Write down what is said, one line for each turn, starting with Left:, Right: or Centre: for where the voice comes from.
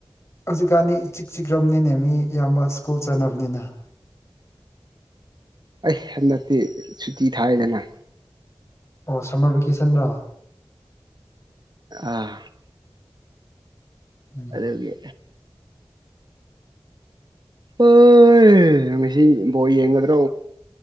Left: ꯍꯧꯖꯤꯛꯀꯥꯟꯗꯤ ꯏꯆꯤꯛ ꯆꯤꯛꯔꯝꯅꯤꯅꯦ ꯃꯤ ꯏꯌꯥꯝꯕ ꯁ꯭ꯀꯨꯜ ꯆꯠꯅꯕꯅꯤꯅ
Right: ꯑꯩ ꯍꯟꯗꯛꯇꯤ ꯁꯨꯇꯤ ꯊꯥꯏꯗꯅ
Left: ꯑꯣ ꯁꯝꯃꯔ ꯚꯦꯀꯦꯁꯟꯔ
Right: ꯑꯥ
Left: ꯎꯝ
Right: ꯑꯗꯨꯒꯤ ꯑꯣꯏ ꯉꯁꯤ ꯕꯣꯜ ꯌꯦꯡꯉꯗ